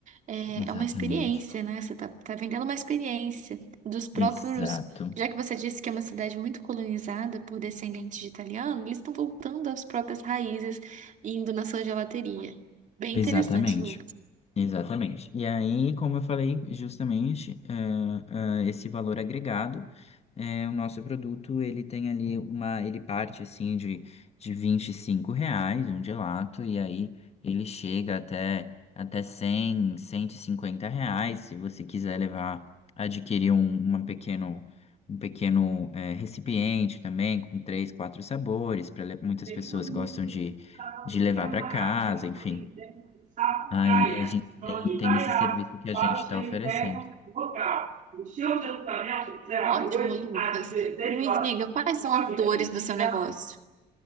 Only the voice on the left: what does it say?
exatamente,
exato,
exatamente.
Exatamente. E aí, como eu falei, justamente, eh, eh, esse valor agregado, eh, o nosso produto, ele tem ali uma, ele parte assim de, de 25 reais um gelato, e aí ele chega até, até cem cento e cinquenta reais, se você quiser levar, adquirir um, uma pequeno, um pequeno, eh, recipiente também, com três, quatro sabores, para muitas
pessoas gostam
de, de levar
para
casa,
enfim.
Aí a gente tem,
tem
esse serviço que a
gente está
oferecendo.